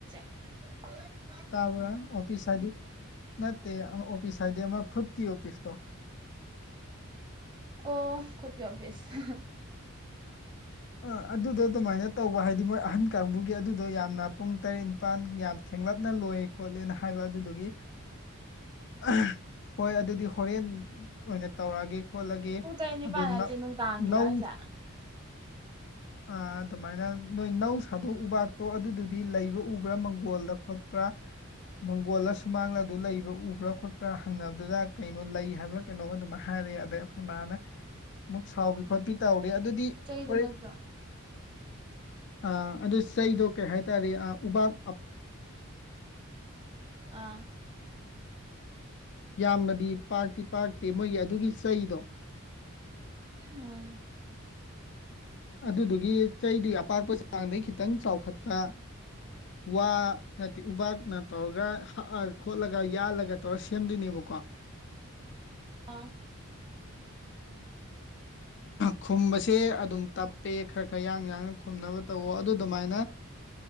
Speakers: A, on the right (about 20°); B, on the left (about 55°).
A: <inaudible>
B: ꯇꯥꯕ꯭ꯔ ꯑꯣꯐꯤꯁ ꯍꯥꯏꯗꯤ ꯅꯠꯇꯦ ꯑꯥ ꯑꯣꯐꯤꯁ ꯍꯥꯏꯗꯤ ꯑꯃ ꯈꯨꯠꯀꯤ ꯑꯣꯐꯤꯁ ꯇꫭ
A: ꯑꯣ ꯈꯨꯠꯇꯀꯤ ꯑꯣꯐꯤꯁ
B: ꯑꯥ ꯑꯗꯨꯗꯣ ꯑꯗꯨꯃꯥꯏꯅ ꯇꯧꯕ ꯍꯥꯏꯗꯤ ꯃꯣꯏ ꯑꯍꯟ ꯀꯥꯡꯕꯨꯒꯤ ꯑꯗꯨꯗꯣ ꯌꯥꯝꯅ ꯄꯨꯡ ꯇꯔꯦꯠ ꯅꯤꯄꯥꯟ ꯌꯥꯝ ꯊꯦ ꯊꯦꯡꯂꯞꯅ ꯂꯣꯏ ꯈꯣꯠꯂꯦꯅ ꯍꯥꯏꯕ ꯑꯗꯨꯗꯨꯒꯤ
A: <inaudible>
B: ꯑꯍ ꯍꯣꯏ ꯑꯗꯨꯗꯤ ꯍꯣꯔꯦꯟ ꯑꯣꯏꯅ ꯇꯧꯔꯛꯑꯒꯦ ꯈꯣꯠꯂꯒꯦ
A: ꯄꯨꯡ ꯇꯔꯦꯠ ꯅꯤꯄꯥꯜ
B: ꯑꯗꯨ
A: ꯍꯥꯏꯁꯦ ꯅꯨꯡꯗꯥꯡꯒꯤꯔꯣ
B: ꯅꯧ
A: ꯍꯥꯏꯁꯦ <inaudible>
B: ꯑ ꯑꯗꯨꯃꯥꯏꯅ ꯅꯣꯏ ꯅꯧ ꯁꯥꯗꯣꯛꯎꯕ ꯇꯣ ꯑꯗꯨꯗꯨꯗꯤ ꯂꯩꯕ ꯎꯕ꯭ꯔꯥ ꯃꯪꯒꯣꯜꯗ ꯈꯣꯠꯄ꯭ꯔꯥ ꯃꯪꯒꯣꯜꯂ ꯁꯨꯃꯥꯡꯂ ꯑꯗꯨ ꯂꯩꯕ꯭ꯔꯥ ꯎꯕ꯭ꯔꯥ ꯈꯣꯠꯄ꯭ꯔꯥ ꯍꯪꯅꯕꯗꯨꯗ ꯀꯩꯅꯣ ꯂꯩ ꯍꯥꯏꯕ꯭ꯔꯥ ꯀꯩꯅꯣꯝ ꯑꯗꯨꯃꯥꯏ ꯍꯥꯏꯔ ꯑꯗꯩ ꯑꯩꯈꯣꯏ ꯃꯥꯅ ꯑꯃꯨꯛ ꯁꯥꯎꯕꯤ ꯈꯣꯠꯄꯤ ꯇꯧꯔꯤ ꯑꯗꯨꯗꯤ
A: ꯗ
B: ꯍꯣꯔꯦꯟ
A: ꯅꯠꯇ
B: ꯑ ꯑꯗꯨ ꯆꯩꯗꯣ ꯀꯩ ꯍꯥꯏꯇꯥꯔꯦ ꯎꯄꯥꯛꯥꯛ
A: ꯑꯥ
B: ꯌꯥꯝꯅꯗꯤ ꯄꯥꯛꯇꯤ ꯄꯥꯛꯇꯦ ꯃꯣꯏꯒꯤ ꯑꯗꯨꯒꯤ ꯆꯩꯗꯣ
A: ꯑꯝ
B: ꯑꯗꯨꯗꯨꯒꯤ ꯆꯩꯗꯨ ꯑꯄꯥꯛꯄ ꯆꯥꯡꯗꯒꯤꯩ ꯈꯤꯇꯪ ꯆꯥꯎꯈꯠꯄ ꯋꯥ ꯅꯠꯇꯦ ꯎꯄꯥꯛꯥꯛꯅ ꯇꯧꯔꯒ ꯍꯛꯑꯒ ꯈꯣꯠꯂꯒ ꯌꯥꯜꯂꯒ ꯇꯧꯔ ꯁꯦꯝꯗꯣꯏꯅꯦꯕ ꯨꯀ
A: ꯑꯥ
B: ꯈꯨꯝꯕꯁꯦ ꯑꯗꯨꯝ ꯇꯞꯄꯦ ꯈꯔ ꯈꯔ ꯌꯥꯡ ꯌꯥꯡꯅ ꯈꯨꯝꯅꯕ ꯇꯧꯋ ꯑꯗꯨ ꯑꯗꯨꯃꯥꯏꯅ